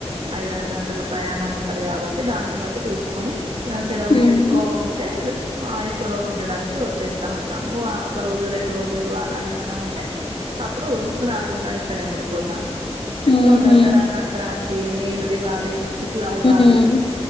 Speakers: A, on the right; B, on the left.
A: ఐదారు గంటల ప్రయాణం ఉంటది కాబట్టి దాన్ని బట్టి చూసుకొని సెలవులు
B: ఉమ్
A: ఎక్కువ ఉంటే ఆ ఎక్కువ రోజులు ఉండడానికి వచ్చేస్తా ఉంటాము ఒక రోజు రెండు రోజులు అలా ఏమైన్నా ఉంటే అప్పుడు రాకుండా అక్కడే ఉండిపోతాం
B: ఉహు
A: సో దసరా సంక్రాంతి ఎమి ఎమి తేవాలి ఇట్లా ఉగాది
B: ఉమ్